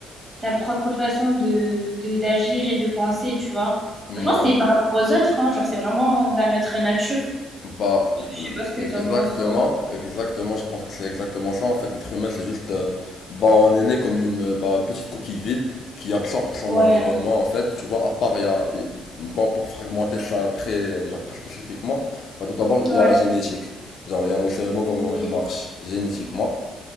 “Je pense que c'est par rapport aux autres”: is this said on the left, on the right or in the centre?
Right